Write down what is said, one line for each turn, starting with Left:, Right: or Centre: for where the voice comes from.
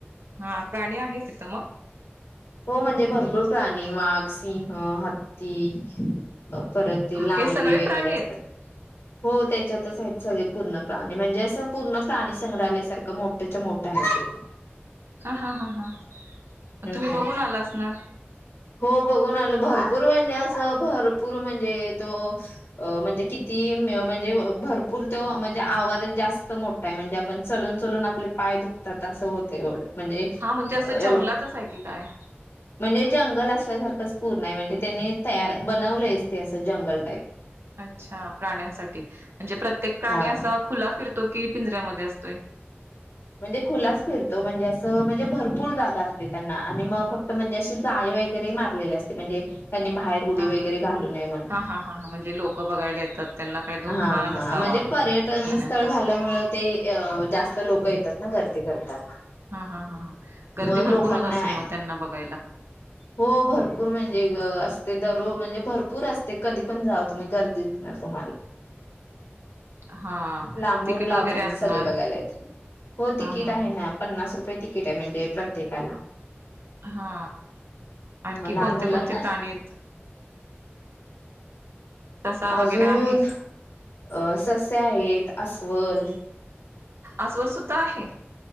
Right: हा प्राणी आहेत तिथं मग
Left: हो म्हणजे भरपूर प्राणी वाघ, सिंह, हत्ती परत लांडगे
Right: हे सगळे
Left: वगैरे.
Right: प्राणी
Left: गिरा
Right: आहेत
Left: असतात. हो त्याच्यातच आहेत सगळे पूर्ण प्राणी म्हणजे असं पूर्ण प्राणी संग्रहालय सारखं मोठ्याच्या मोठ्या आहे. हो
Right: हा हा हा हा तुम्ही
Left: हम्म.
Right: बघून आलासनार
Left: हो बघून आलं भरपूर म्हणजे असं भरपूर म्हणजे तो. अ म्हणजे किती म्हणजे भरपूर तो म्हणजे आवार जास्त मोठा आहे म्हणजे आपण ून आपले पाय दुखतात असं होते एवढं म्हणजे
Right: हा म्हणजे असं जंगलातच
Left: एव
Right: आहे की काय
Left: म्हणजे. जंगल असल्यासारखंच पूरण हाय म्हणजे त्यांनी तयार बनवलंच ते असं जंगल टाईप
Right: अच्छा प्राण्यांसाठी म्हणजे प्रत्येक प्राणी
Left: हा
Right: असा खुला फिरत तो की पिंजऱ्यामध्ये असतोय
Left: म्हणजे खुलाच फिरतो म्हणजे असं म्हणजे भरपूर जागा असते त्यांना आणि मग फक्त म्हणजे अशी जा वगैरे मारलेले असते म्हणजे त्यांनी बाहेर उडी
Right: हा
Left: वगैरे
Right: हा
Left: घालू नये म्हणून
Right: हा हा हा हा म्हणजे लोक बघायला येतात त्यांना काही धोका
Left: हा
Right: नसावा
Left: हा म्ह जे पर्यटन
Right: प्राण्यांपासून
Left: स्थळ झाल्यामुळे ते जास्त
Right: हा हा
Left: लोक
Right: हा
Left: क येतात ना गर्दी करतात
Right: हा हा हा गर्दी
Left: मग लोकांना
Right: भरपूर होत असेल मग त्यांना बघा
Left: हो भरपूर म्हणजे असते दररोज म्हणजे भरपूर असते कधी पण जा तुम्ही गर्दीणार तुम्हाला
Right: हा
Left: लांबून
Right: तिकीट
Left: लांबून
Right: वगैरे असणार
Left: सगळे बघायलात हो तिकीट
Right: हा हा
Left: आहे
Right: हा
Left: ना पन्नास रुपये तिकीट आहे म्हणजे प्रत्येकाला
Right: हा आणखी
Left: मग लहान
Right: कोणते
Left: मुलांना
Right: कोणते प्राणीयेत ससा
Left: अजून
Right: वगैरे आहे
Left: अ सस्या आहेत अस्वल
Right: अस्वल सुद्धा आहे